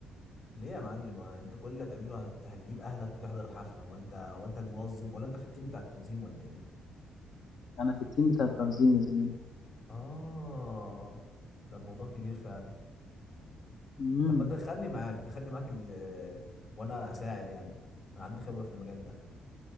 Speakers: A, on the left; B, on the left.
A: ليه يا معلم هو انت كل اللي هتعمله هت- هتجيب اهلك وتحضر الحفلة هو انت هو انت المنظم ولا انت في التيم بتاع التنظيم ولا ايه
B: أنا في التيم بتاع التنظيم يا زميلي
A: اه ده الموضوع كبير فعلا
B: مم.
A: طب ما تدخلني معاك دخلني معاك ال... وانا اساعد يعني انا عندي خبرة في المجال ده